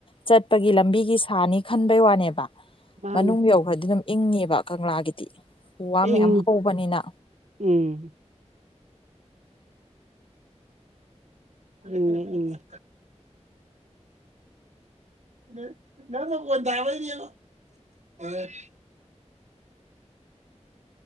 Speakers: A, on the left; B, on the right.
A: ꯆꯠꯄꯒꯤ ꯂꯝꯕꯤꯒꯤ ꯁꯥꯅꯤ ꯈꯟꯕꯩ ꯋꯥꯅꯦꯕ
B: ꯃꯥꯅꯤ
A: ꯃꯅꯨꯡ ꯌꯧꯒ꯭ꯔꯗꯤ ꯑꯗꯨꯝ ꯏꯪꯅꯤꯕ ꯀꯪꯂꯥꯒꯤꯗꯤ ꯎ ꯋꯥ ꯃꯌꯥꯝ
B: ꯏꯪ
A: ꯍꯧꯕꯅꯤꯅ
B: ꯎꯝ ꯏꯪꯉꯤ ꯏꯪꯉꯤ <unintelligible>